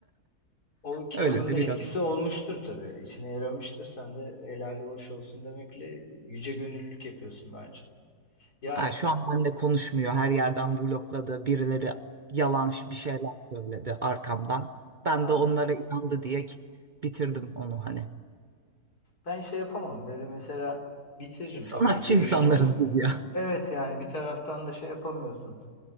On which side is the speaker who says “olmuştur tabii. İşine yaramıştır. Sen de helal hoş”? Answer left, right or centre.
Left